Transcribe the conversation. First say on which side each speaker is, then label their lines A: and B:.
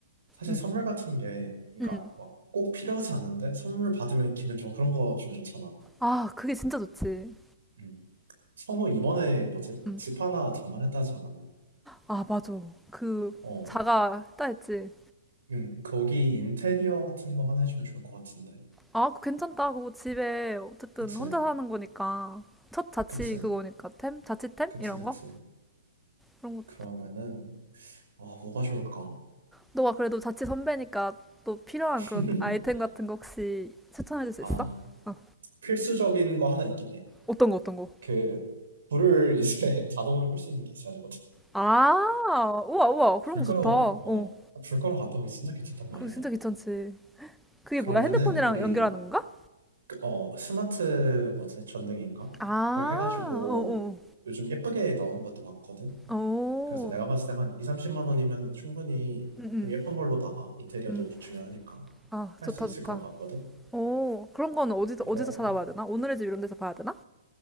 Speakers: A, on the right; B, in the centre.
A: 사실
B: 응.
A: 선물 같은 게, 그러니까
B: 응.
A: 막 꼭 필요하지 않는데 선물 받으면 기분 좀 그런 거 주면 좋잖아.
B: 아 그게 진짜 좋지.
A: 음. 성우 이번에 뭐지?
B: 응.
A: 집 하나 장만했다 하지 않았나?
B: 아, 맞아. 그
A: 어,
B: 자가 했다 했지.
A: 음, 거기 인테리어 같은 거 하나 해주면 좋을 것 같은데.
B: 아, 그거 괜찮다. 그거 집에 어쨌든
A: 그치,
B: 혼자 사는 거니까 첫 자취
A: 그치,
B: 그거니까 템? 자취템?
A: 그치,
B: 이런
A: 그치.
B: 거? 그런 거.
A: 그러면은 아 뭐가 좋을까?
B: 너가 그래도 자취 선배니까 또 필요한
A: <laughs>
B: 그런 아이템 같은 거 혹시 추천해 줄 수
A: 아
B: 있어? 어.
A: 필수적인 거 하나 있긴 해.
B: 어떤 거 어떤 거?
A: 그 불을 이제 <laughs> 자동으로 끌 수 있는 게 있어야 되거든.
B: 아, 우와 우와. 그런
A: 불
B: 거
A: 끄러,
B: 좋다. 어.
A: 어, 불 끄러 갔다 오기 진짜 귀찮단 말이야.
B: 그거 진짜 귀찮지. 그게
A: 그러면은
B: 뭐야? 핸드폰이랑
A: 우리
B: 연결하는 건가?
A: 그, 어, 스마트 뭐지? 전등인가?
B: 아,
A: 그걸 해가지고
B: 어어.
A: 요즘 예쁘게 나오는 것도 많거든.
B: 어. 어.
A: 그래서 내가
B: 어.
A: 봤을 때 한 2, 30만 원이면 충분히
B: 응, 응.
A: 좀 예쁜 걸로 나가. 인테리어도
B: 응.
A: 중요하니까
B: 아,
A: 할
B: 좋다,
A: 수 있을
B: 좋다.
A: 것 같거든.
B: 오, 그런 건 어디서,
A: 이거를.
B: 어디서 찾아봐야 되나? 오늘의 집 이런 데서 봐야 되나?